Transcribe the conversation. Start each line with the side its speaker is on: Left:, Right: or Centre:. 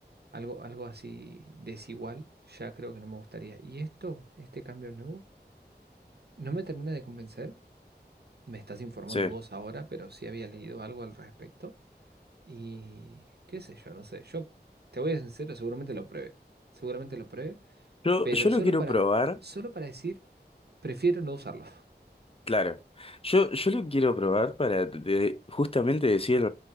Right: Algo, algo así desigual, ya creo que no me gustaría. Y esto, este cambio nuevo, no me termina de convencer. Me estás informando
Left: Sí.
Right: vos ahora, pero sí había leído algo al respecto. Y qué sé yo, no sé. Yo te voy a ser sincero, seguramente lo pruebe. Seguramente lo pruebe,
Left: Yo,
Right: pero
Left: yo lo
Right: solo
Left: quiero
Right: para,
Left: probar
Right: solo para decir, prefiero no usarlo. <laughs>
Left: Claro. Yo, yo lo quiero probar para de- justamente decir,